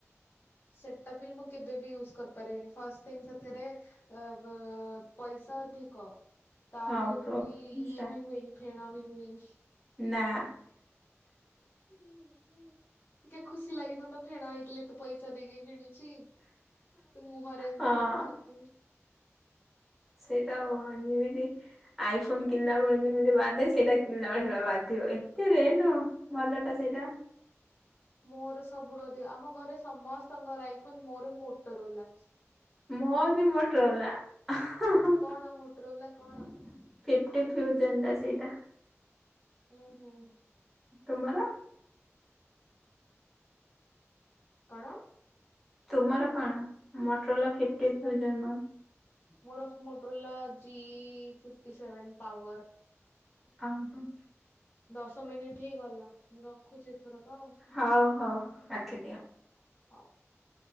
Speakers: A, on the left; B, in the centre.
A: ସେଟା ବି ମୁଁ କେବେ ବି ୟୁଜ କରିପାରିବିନି ଫାଷ୍ଟ ଥିଂ ସେଥିରେ ଅ ବ ପଇସା ଅଧିକ ତା
B: ହଁ
A: ଦେହରେ
B: ପ୍ରୋସା
A: ପୁଣି ଇଏ ବି ହୁଏନି ଫେଣ ବି ହୁଏନି।
B: ନା।
A: ହୁଁ ହୁଁ। ଟିକେ ଖୁସି ଲାଗିଥାନ୍ତା ଫେଣ ହେଇଥିଲେ ଏତେ ପଇସା ଦେଇକି କିଣିଛି। ମୁହଁରେ ନଥାନ୍ତି।
B: ହଁ ସେଇଟା ଅ ଯେମିତି ଆଇ ଫୋନ କିଣିଲା ବେଳେ ଯେମିତି ବାଧେ ସେଇଟା କିଣିଲା ବେଳେ ସେମିତି ବାଧିବ ଏତେ ରେଟ। ଭଲ ଟା ସେଇଟା।
A: ମୋର ସବୁଠୁ ଅଧିକ ଆମ ଘରେ ସମସ୍ତଙ୍କର ଆଇଫୋନ ମୋର ମୋଟରଲା।
B: ମୋ ବି ମୋଟରଲା। ଫିଫ୍ଟ
A: କଣ ମୋଟୋରୋଲା କଣ
B: ଫିଉଜନ୍ ସେଇଟା।
A: ହୁଁ ହୁଁ।
B: ତୁମର?
A: କଣ?
B: ତୁମର କଣ ମଟୋଲା
A: ମୋଟୋରୋଲା
B: <unintelligible>
A: ମୋର Motorola G fifty seven power.
B: ଆ ହଁ।
A: ଦଶ ମିନିଟ୍ ହେଇଗଲା ମୁଁ ରଖୁଛି ଏଥରକ।
B: ହଉ ହଉ ରଖି
A: ହଉ ହଉ।